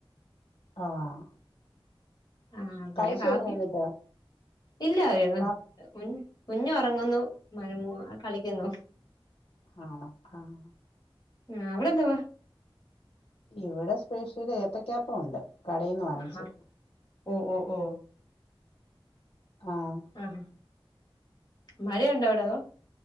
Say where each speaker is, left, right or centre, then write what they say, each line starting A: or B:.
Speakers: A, on the left (about 85°); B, on the left (about 45°).
A: ആഹ്
B: ആഹ് പിന്നെ
A: കഴിച്ചു
B: കാപ്പി
A: കഴിഞ്ഞോ എന്നിട്ട്
B: ഇല്ല വേവ്
A: കാപ്പ്
B: കുഞ്ഞ് ഒറങ്ങുന്നു മഴമ്മുവാ കളിക്കുന്നു
A: ആണോ ആഹ്
B: ആഹ് അവിടെ എന്തുവാ
A: ഇവിടെ സ്പെഷ്യല് ഏത്തക്കാപ്പം ഒണ്ട് കടേന്ന് വാങ്ങിച്ച്
B: ആഹാ ഓ ഓ ഓ
A: ആഹ്
B: ആഹ് മഴയുണ്ടോ അവിടെ അതോ